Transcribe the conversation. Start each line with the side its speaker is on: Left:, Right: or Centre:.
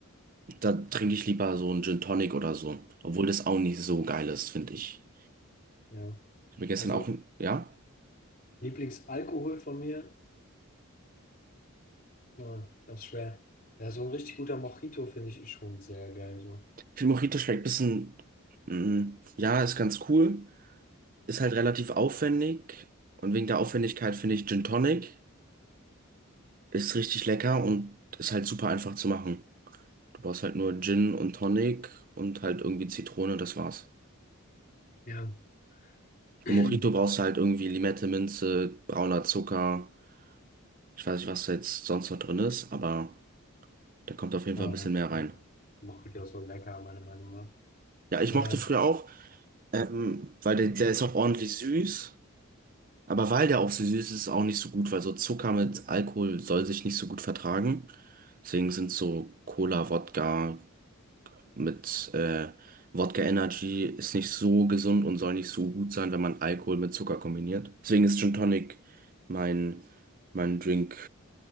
Right: da trinke ich lieber so einen Gin Tonic oder so. Obwohl das auch nicht so geil ist, finde ich.
Left: Ja,
Right: Ich habe mir gestern
Left: also
Right: auch, ja.
Left: Lieblingsalkohol von mir, ja, das ist schwer. Ja, so ein richtig guter Mojito finde ich schon sehr geil, so.
Right: Ich finde Mojito schmeckt ein bisschen, mm, ja, ist ganz cool. Ist halt relativ aufwendig. Und wegen der Aufwendigkeit finde ich Gin Tonic ist richtig lecker und ist halt super einfach zu machen. Du brauchst halt nur Gin und Tonic und halt irgendwie Zitrone, das war's.
Left: Ja.
Right: Für
Left: <clears throat>
Right: Mojito brauchst du halt irgendwie Limette, Minze, brauner Zucker. Ich weiß nicht, was da jetzt sonst noch drin ist, aber da kommt auf jeden
Left: Oh,
Right: Fall ein bisschen
Left: Mojito.
Right: mehr rein.
Left: Mojito ist so lecker, meiner Meinung nach.
Right: Ja, ich
Left: Naja,
Right: mochte früher auch, ähm, weil der, der ist auch ordentlich süß. Aber weil der auch so süß ist, ist es auch nicht so gut, weil so Zucker mit Alkohol soll sich nicht so gut vertragen. Deswegen sind so Cola, Wodka mit äh, Wodka Energy ist nicht so gesund und soll nicht so gut sein, wenn man Alkohol mit Zucker kombiniert. Deswegen ist Gin Tonic mein, mein Drink.